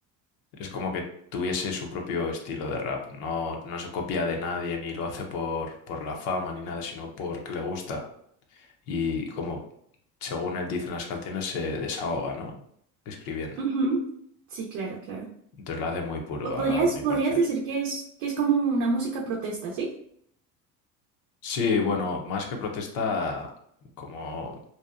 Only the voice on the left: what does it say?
es como que tuviese su propio estilo de rap, no, no se copia de nadie ni lo hace por, por la fama ni nada, sino porque le gusta y como según él dice en las canciones se desahoga, ¿no? Escribiendo.
Entonces lo hace muy puro
a mi
parecer.
Sí, bueno, más que protesta, como